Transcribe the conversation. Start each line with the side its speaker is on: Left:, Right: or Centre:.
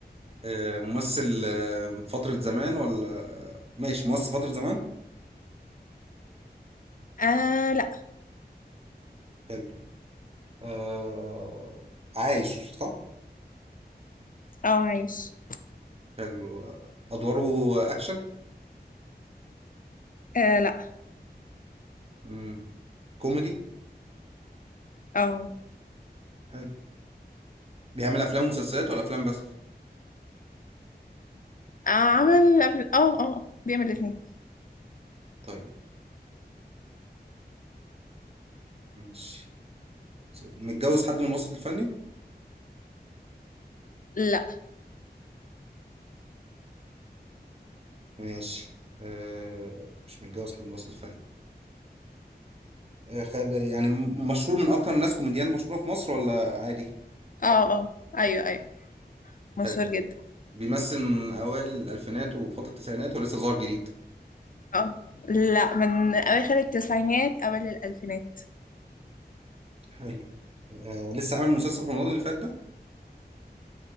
Right: آه، ممثل آه، فترة زمان ولا ماشي ممثل فترة زمان
Left: آه لأ
Right: حلو آه... عايش صح
Left: أو عايش
Right: حلو آه، أدواره أكشن
Left: آه لأ
Right: مم. كوميدي
Left: أو آه
Right: حلو بيعمل أفلام ومسلسلات ولا أفلام بس
Left: عمل قبل أه أه بيعمل الاتنين
Right: طيب ماشي متجوز حد من الوسط الفني
Left: لأ
Right: ماشي آه... مش متجوز حد من الوسط الفني آه خد... يعني م- مشهور من أكتر الناس كوميديان مشهورة في مصر ولا عادي
Left: أه أه أيوه أيوه مشهور
Right: حلو
Left: جدا
Right: بيمثل من أوائل الألفينات وفترة التسعينات ولسه ظاهر جديد
Left: أه لأ من أواخر التسعينات أوائل الألفينات
Right: حلو آه لسه عامل مسلسل في رمضان اللي فات ده